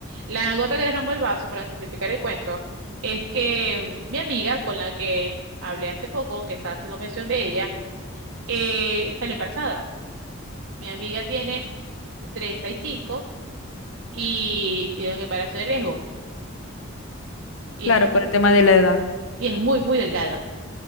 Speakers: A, on the right; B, on the left.
A: La gota que derramó el vaso, para simplificar el cuento, es que mm, mi amiga con la que hablé hace poco, que estaba haciendo mención de ella, eh, salió embarazada. Mi amiga tiene treinta y cinco y tiene un embarazo de riesgo y
B: Claro,
A: es, mu-
B: por el tema de la edad.
A: y es muy, muy delgada.